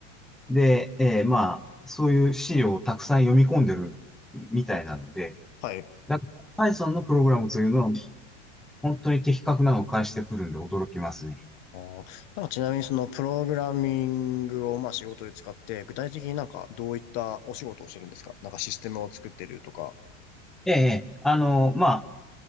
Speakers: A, in the centre; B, on the left (about 55°).
A: で、えーまあ、そういう資料をたくさん読み込んでるみたいなので、
B: はい。
A: だから Python のプログラムというのは本当に的確なのを返してくるんで驚きますね。
B: あーなんかちなみにそのプログラミングをまあ仕事で使って、具体的になんかどういったお仕事をしてるんですかなんかシステムを作ってるとか。
A: ええ、あの、まあ、